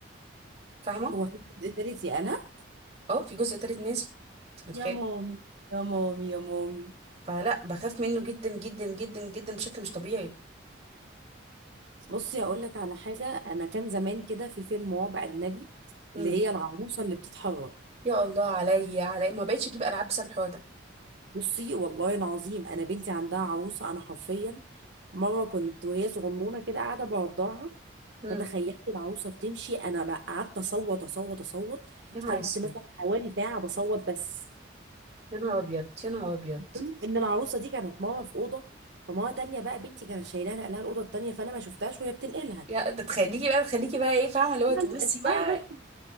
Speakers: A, on the right; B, on the right.
A: فاهمة؟
B: هو في الجزء الثالث يا انا
A: أه في جزء تالت نازل أنت متخيلة؟
B: يا مامي يا مامي يا مامي
A: فلا بخاف منه جدا جدا جدا جدا بشكل مش طبيعي
B: بصي هقول لك على حاجه انا كان زمان كده في فيلم رعب اجنبي
A: امم
B: اللي هي العروسه اللي بتتحرك
A: يا الله عليا عليا ما بقتش أجيب ألعاب بسبب الحوار ده
B: بصي والله العظيم انا بنتي عندها عروسه انا حرفيا مره كنت وهي صغنونه كده قاعده بعضها
A: امم
B: فتخيلت العروسه بتمشي انا بقى قعدت اصوت اصوت اصوت
A: يا نهار
B: قعدت
A: أسود
B: مثلا حوالي ساعه بصوت بس
A: يا نهار أبيض يا نهار أبيض
B: المهم ان العروسه دي كانت مره في اوضه فمره تانية بقى بنتي كانت شايلاها نقلها الاوضه التانية فانا ما شفتهاش وهي بتنقلها
A: يا ده تخليكي بقى تخليكي بقى إيه فاهمة اللي هو
B: <laughs>
A: تبصي
B: اسمعي
A: بقى
B: بس